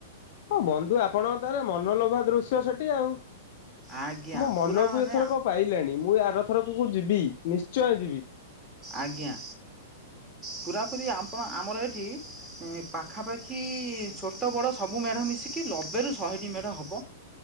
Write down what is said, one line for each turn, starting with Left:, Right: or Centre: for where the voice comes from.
Left: ହଁ ବନ୍ଧୁ ଆପଣଙ୍କ ତାହାଲେ ମନଲୋଭା ଦୃଶ୍ୟ ସେଠି ଆଉ।
Centre: ଆଜ୍ଞା
Left: ମୋ ମନକୁ
Centre: ପୁରା ମାନେ
Left: ଏଥରକ ପାଇଲାଣି ମୁଁ ଆରଥରକ କୁ ଯିବି ନିଶ୍ଚୟ ଯିବି।
Centre: ଆଜ୍ଞା ପୁରାପୁରି ଆପଣ ଆମର ଏଠି ପାଖାପାଖି ଛୋଟ ବଡ଼ ସବୁ ମେଢ଼ ମିଶିକି ଲବେରୁ ଶହେଟି ମେଢ଼ ହବ।